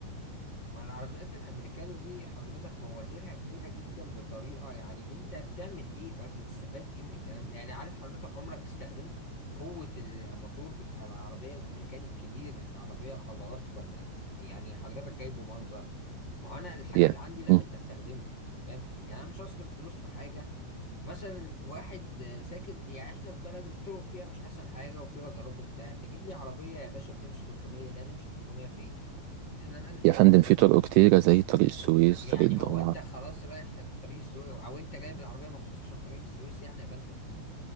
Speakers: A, on the left; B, on the right.
A: ما العربيات الأمريكاني دي حضرتك مواتيرها كبيرة جدا بطريقة يعني أنت بتعمل إيه طيب بتستفاد إيه من الكلام ده؟ يعني هل حضرتك عمرك استخدمت قوة الموتور بتاع العربية الأمريكاني الكبير العربية العضلات ولا يعني حضرتك جايبه منظر؟ ما هو أنا الحاجة
B: يا
A: اللي عندي لازم
B: م.
A: أستخدمها أنت فاهم؟ يعني أنا مش هصرف فلوس في حاجة مثلا واحد ساكن يعني احنا في بلد الطرق فيها مش احسن حاجه وفي رادارات وبتاع تجيب لي عربيه يا باشا بتمشي 300 لا تمشي 300 فين احنا نألف
B: يا
A: على
B: فندم
A: بعض
B: في طرق كتيره زي طريق السويس
A: يعني
B: طريق الضبعه
A: هو انت خلاص رايح طريق السويس او انت جايب العربيه مخصوص عشان طريق السويس يعني يا فندم